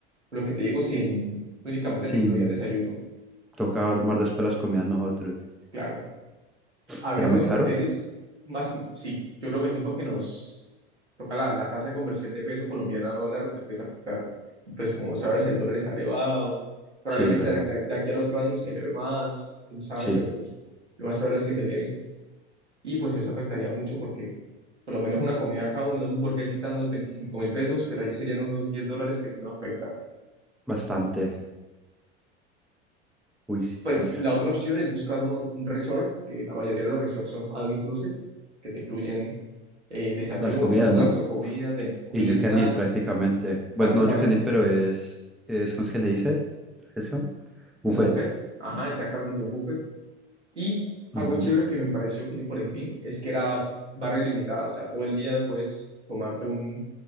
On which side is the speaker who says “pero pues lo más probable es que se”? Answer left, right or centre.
Right